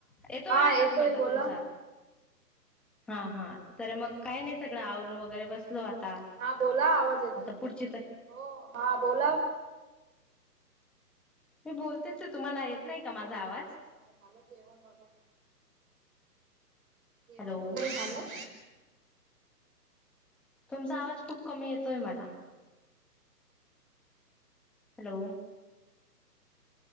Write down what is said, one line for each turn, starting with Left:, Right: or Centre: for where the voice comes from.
Centre: येतोय
Right: हा
Centre: आवाज मला
Right: बोला
Centre: तुमचा हा, हा तर मग काय नाही सगळं आवरून वगैरे बसलो आता
Right: हा बोला आवाज येतोय
Centre: आता पुढची तर
Right: हो हा बोला
Centre: मी बोलतेच आहे तुम्हाला येत नाही का माझा आवाज?
Right: झालं जेवण वगैरे जेवण
Centre: हॅलो
Right: वगैरे झालं?
Centre: तुमचा आवाज खूप कमी येतोय मला. हॅलो